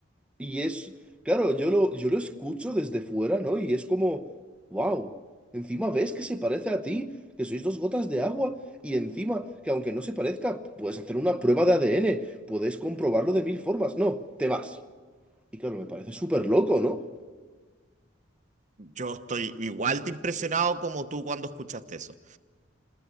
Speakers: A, in the centre; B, on the right (about 40°).
A: Y es, claro, yo lo, yo lo escucho desde fuera, ¿no? Y es como, wow, encima ves que se parece a ti, que sois dos gotas de agua, y encima, que aunque no se parezca, puedes hacer una prueba de ADN, puedes comprobarlo de mil formas. No, te vas. Y claro, me parece súper loco, ¿no?
B: Yo estoy igual de impresionado como tú cuando escuchaste eso.